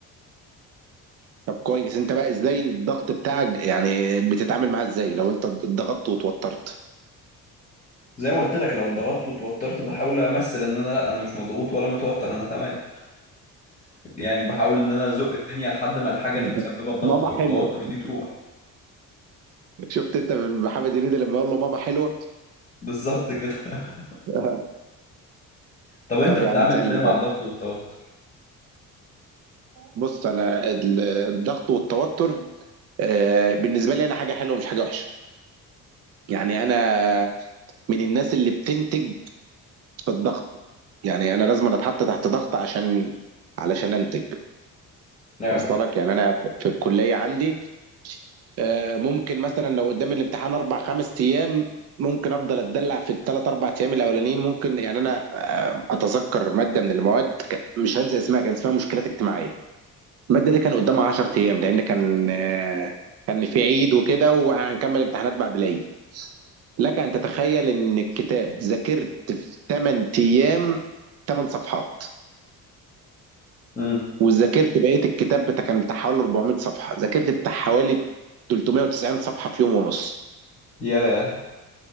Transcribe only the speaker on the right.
طب كويس انت بقى ازاي الضغط بتاعك يعني بتتعامل معاه ازاي لو انت اتضغطت وتوترت
<laughs>
ماما
حلوه
شفت انت من محمد هنيدي لما يقول له ماما حلوه
<laughs>
طب
يا عم تسالني
طيب
بص انا ال- الضغط والتوتر آه، بالنسبه لي انا حاجه حلوه مش حاجه وحشه يعني انا من الناس اللي بتنتج في الضغط يعني انا لازم أنا اتحط تحت ضغط عشان علشان انتج
وصل لك يعني انا في الكليه عندي آه، ممكن مثلا لو قدام الامتحان اربع خمس ايام ممكن افضل اتدلع في الثلاث اربع ايام الاولانيين ممكن يعني انا آه، اتذكر ماده من المواد ك- مش هنسى اسمها كان اسمها مشكلات اجتماعيه الماده دي كان قدامها 10 ايام لان كان آه، كان في عيد وكده وهنكمل امتحانات بعد العيد لك ان تتخيل ان الكتاب ذاكرت في 8 ايام 8 صفحات
وذاكرت بقيه الكتاب بتاع كان بتاع حوالي 400 صفحه ذاكرت بتاع حوالي 390 صفحه في يوم ونص